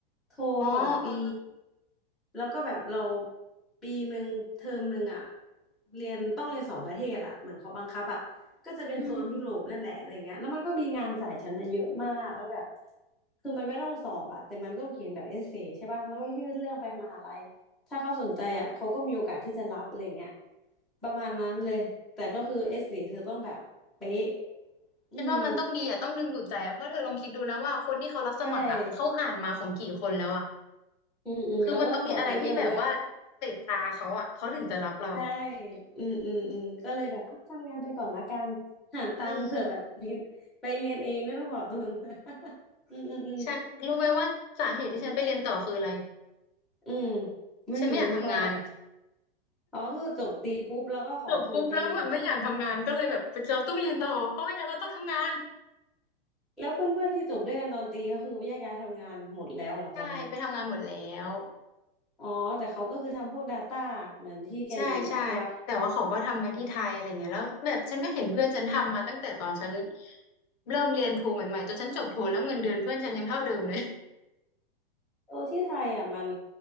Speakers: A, in the centre; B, on the left.
A: โทรสองปี
B: อ๋อเออเออ
A: แล้วก็แบบเราปีหนึ่งเทอมหนึ่งอะเรียนต้องเรียนสองประเทศอะเหมือนเขาบังคับอะก็จะเป็นโซนยุโรปนั่นแหละอะไรเงี้ยแล้วมันก็มีงานสายชั้นอะเยอะมากแล้วแบบ
B: อืม
A: คือมันไม่ต้องสอบอะแต่มันก็ต้องเขียนแบบเอเซใช่ป่ะแล้วก็ยื่นเรื่องไปมหาลัย ถ้าเขาสนใจอ่ะเขาก็มีโอกาสที่จะรับอะไรเงี้ยประมาณนั้นเลยแต่ก็คือเอสสีเธอต้องแบบเป๊ะอืม
B: ฉันว่ามันต้องดีอ่ะต้องดึงดูดใจอ่ะเพราะเธอลองคิดดูนะว่าคนที่เขารับสมัครอ่ะเขาอ่านมาของกี่คนแล้วอ่ะ
A: ใช่อืมอืมแล้วก็ต้องสอบไอเอลด้วย
B: คือมันต้องมีอะไรที่แบบว่าเตะตาเขาอ่ะเขาถึงจะรับเรา
A: ใช่อืมอืมอืมก็เลยแบบอ่ะทำงานไปก่อนละกันหาตังค์เผื่อแบบมี
B: เออ
A: ไปเรียนเองไม่ต้องขอทุน <laughs> อืมอืมอืม
B: ฉันรู้ไหมว่าสาเหตุที่ฉันไปเรียนต่อคืออะไร
A: อืมไม่รู้เพราะอะไร
B: ฉันไม่อยากทำงาน
A: อ๋อคือจบตีปุ๊บแล้วก็ขอทุนไปเลยเหรอ
B: จบปุ๊บแล้วแบบไม่อยากทำงานก็เลยแบบเราต้องเรียนต่อเพราะไม่งั้นเราต้องทำงาน
A: แล้วเพื่อนๆที่จบด้วยกันตอนตีก็คือแยกย้ายทำงานหมดแล้วเหรอตอนนี้
B: ใช่ไปทำงานหมดแล้ว
A: อ๋อแต่เขาก็คือทำพวก Data เหมือนที่แกเรียนมาใช่ปะ
B: ใช่ใช่แต่ว่าเขาก็ทำกันที่ไทยอะไรเงี้ยแล้วแบบฉันก็เห็นเพื่อนฉันทำมาตั้งแต่ตอนฉัน
A: อ๋อ
B: เริ่มเรียนโทใหม่ๆจนฉันจบโทแล้วเงินเดือนเพื่อนฉันยังเท่าเดิมเลย
A: โอ้ที่ไทยอ่ะมัน